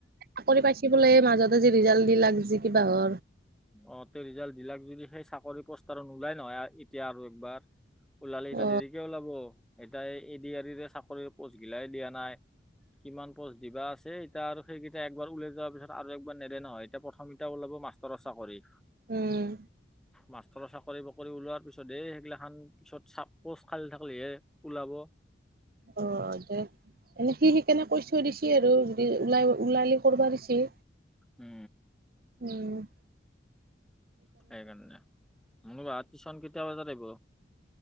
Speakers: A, on the right; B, in the centre.
A: চাকৰি পাইছ বলে মাজতে আজি ৰিজাল্ট দি লাক যি কিবা হ
B: অ তে ৰিজাল্ট দিলাক যদি সেই চাকৰি পষ্টাৰত নোলাই নহয় এতিয়া আৰু একবাৰ ওলালে এতিয়া
A: অ
B: দেৰিকে ওলাব এাই এডৰে চাকৰি পোষ্টগিলাই দিয়া নাই কিমান পচ দিবা আছে এতিয়া আৰু সেইকেইটা একবাৰ উওলাই যোৱাৰ পিছত আৰু একবাৰ নেদে নহয় এতিয়া প্ৰথম এটা ওলাব মা তৰচা কৰি
A: উম
B: মাষ্টৰৰ চাকৰি বাকৰি ওলোৱাৰ পিছত এই সেইগিলা খান পিছত চ পোষ্ট খাল থাকিলেহে ওলাব
A: অ দে এনে সি সেইিকনে কৈ থৈ দিছেি আৰু যদি ওলাই ওলালি কৰা দিছেি
B: উম
A: উম
B: সেইকাৰণে ম ৰাতি চন কেেইতিয়া বজাত আহিব